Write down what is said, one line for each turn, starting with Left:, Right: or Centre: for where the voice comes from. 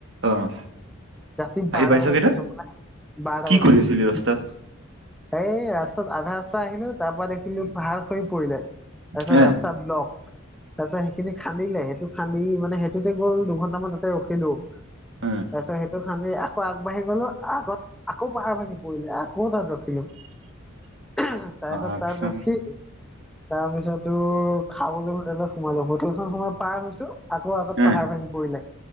Right: অ'।
Centre: ৰাতি
Right: আহি
Centre: বাৰটা
Right: পাইছ
Centre: বজাত
Right: কেইটাত
Centre: পাইছোঁ হা বাৰটা
Right: কি
Centre: বজাত।
Right: কৰি আছিলি ৰাস্তাত
Centre: এই ৰাস্তাত আধা ৰাস্তা আহিলো তাৰ পৰা দেখিলোঁ পাহাৰ খহি পৰিলে, তাৰ পিছত
Right: হে
Centre: ৰাস্তা ব্লক। তাৰ পিছত সেইখিনি খান্দিলে সেইটো খান্দি মানে সেইটোতে গ'ল দুঘণ্টামান তাতে ৰখিলো।
Right: উম!
Centre: তাৰ পিছত সেইটো খান্দি আকৌ আগবাঢ়ি গলোঁ আগত আকৌ পাহাৰ ভাঙি পৰিলে আকৌ তাত ৰখিলো।
Right: <unintelligible>
Centre: তাৰপিছত
Right: অ আচ্ছা
Centre: তাত ৰখি, তাৰ পিছতো খাবলৈ হোটেলত সোমালোঁ। হোটেলখন সোমাই পাৰ হৈছো আকৌ আগত
Right: এ
Centre: পাহাৰ ভাঙি পৰিলে।